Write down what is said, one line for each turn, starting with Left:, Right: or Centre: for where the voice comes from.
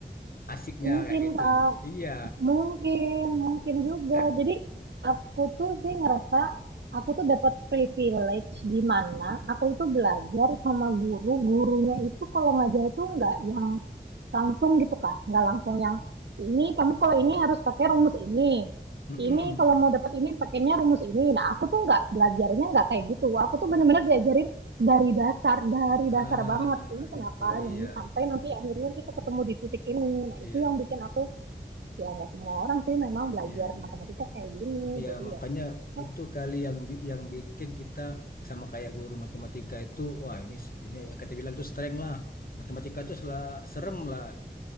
Left: asiknya
Right: mungkin
Left: kayak gitu.
Right: Kak
Left: Iya.
Right: Mungkin, mungkin juga.
Left: Kan
Right: Jadi aku tuh sih ngerasa aku tuh dapat privilege di mana aku itu belajar sama guru. Gurunya itu kalau ngajar itu nggak yang langsung gitu Kak, nggak langsung yang ini kamu kalau ini harus pakai rumus ini.
Left: Mm-mm.
Right: Ini kalau mau dapat ini pakainya rumus ini. Nah, aku tuh nggak belajarnya nggak kayak gitu. Aku tuh bener-bener diajarin dari dasar, dari dasar
Left: Ah,
Right: banget. Ini
Left: gitu.
Right: kenapa
Left: Iya.
Right: ini sampai nanti akhirnya kita ketemu di titik ini. Nah,
Left: Iya.
Right: itu yang bikin aku ya nggak semua orang sih memang belajar
Left: Iya, iya.
Right: matematika kayak gini
Left: Iya,
Right: jadi
Left: makanya
Right: ya Oh,
Left: itu kali yang bi- yang bikin kita sama kayak guru matematika itu, wah ini ini ya kita bilang tuh strength lah. Matematika itu sela, serem lah.